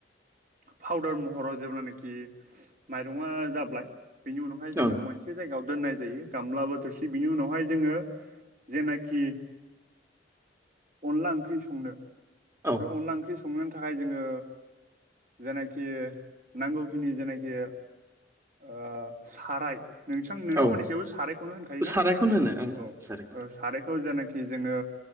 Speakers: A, on the right; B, on the right.
A: फाउदार महराव जेब्लानाखि माइरङा जाबाय बेनि उनावहाय
B: औ
A: जोङो मोनसे एसे जायगायाव दोननाय जायो गामलाबोो थोरसि बिनि उनावहाय जोङो जेनाखि अनला ओंख्रि संनो
B: ओं
A: बे अनदला ओंख्रि सं संो थाखाय जोङो जेनाखि नांगौखिनि जेनाखि ओ साराय नों नोंथांमोननि
B: औ
A: सायावबो सारायखौनो होनखायोना
B: सारायखौनो होनो ओं
A: औ
B: सारायखौनो
A: सार थ जेनाखि जोङो